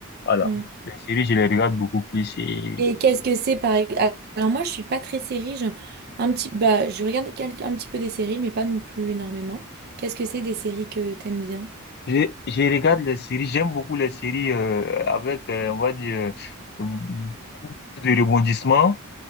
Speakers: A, on the left; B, on the right.
A: Voilà.
B: mm.
A: Les séries, je les regarde beaucoup plus. Et
B: Et qu'est-ce que c'est par exemple? Alors moi, je suis pas très série, genre, un petit, bah, je regarde quel- un petit peu des séries, mais pas non plus énormément. Qu'est-ce que c'est des séries que t'aimes bien?
A: je, je regarde les séries, j'aime beaucoup les séries euh, avec, euh, on va dire, euh, beaucoup plus de rebondissements,